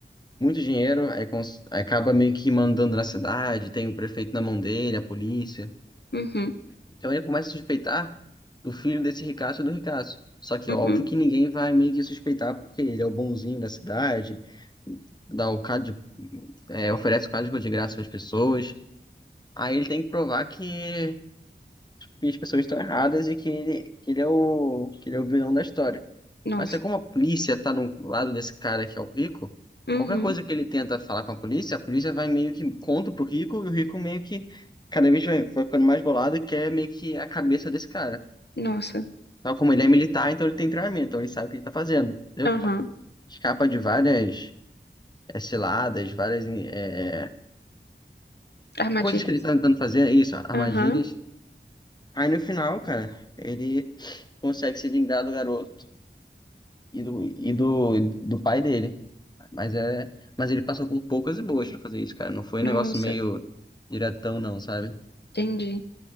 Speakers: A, on the left; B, on the left.
A: muito dinheiro, aí cons- aí acaba meio que mandando na cidade, tem o prefeito na mão dele, a polícia.
B: Uhum.
A: Então ele começa a suspeitar do filho desse ricaço e do ricaço. Só que
B: Uhum.
A: óbvio que ninguém vai meio que suspeitar porque ele é o bonzinho da cidade, dá o cádio, é, oferece o código de graça para as pessoas. Aí ele tem que provar que, que as pessoas estão erradas e que ele, que ele é o, que ele é o vilão da história.
B: Nossa.
A: Mas é como a polícia tá no lado desse cara que é o rico,
B: Uhum.
A: qualquer coisa que ele tenta falar com a polícia, a polícia vai meio que contra pro rico e o rico meio que cada vez vai, vai ficando mais bolado e quer meio que a cabeça desse cara.
B: Nossa.
A: Tal como ele é militar, então ele tem treinamento, então ele sabe o que ele tá fazendo, entendeu?
B: Aham.
A: Escapa de várias eh, ciladas, várias eh,
B: Armadilhas.
A: coisas que ele tá tentando fazer, é isso, armadilhas.
B: Aham.
A: Aí no final, cara, ele consegue se vingar do garoto e do, e do, do pai dele. Mas é, mas ele passou com poucas e boas pra fazer isso, cara. Não foi
B: Nossa.
A: um negócio meio diretão, não, sabe?
B: Entendi.